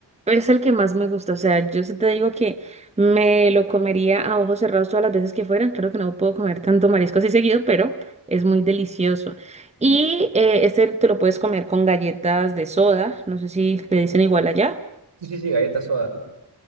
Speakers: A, on the right; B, on the right.
A: es el que más me gusta. O sea, yo sí te digo que me lo comería a ojos cerrados todas las veces que fueran. Claro que no puedo comer tanto marisco así seguido, pero es muy delicioso. Y eh, este te lo puedes comer con galletas de soda. No sé si le dicen igual allá.
B: Sí, sí, sí, galletas soda.